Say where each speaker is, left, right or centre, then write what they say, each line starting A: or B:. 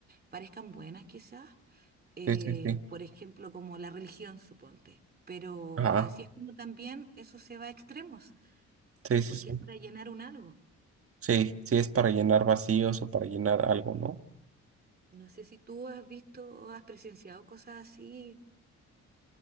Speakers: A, on the right (about 30°); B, on the right (about 50°).
A: parezcan buenas quizás, eh,
B: sí, sí. sí.
A: por ejemplo, como la religión, suponte. Pero
B: Ah,
A: así es como también eso se va a extremos,
B: sí, sí,
A: porque
B: sí.
A: es para llenar un algo.
B: Sí, sí es para llenar vacíos o para llenar algo, ¿no?
A: No sé si tú has visto, has presenciado cosas así,